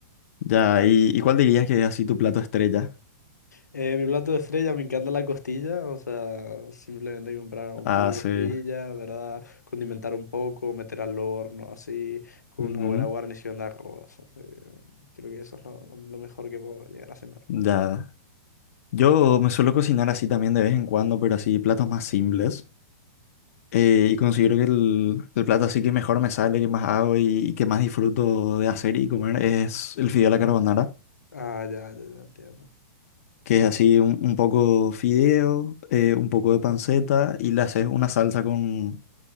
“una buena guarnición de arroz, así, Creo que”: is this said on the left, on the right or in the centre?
Left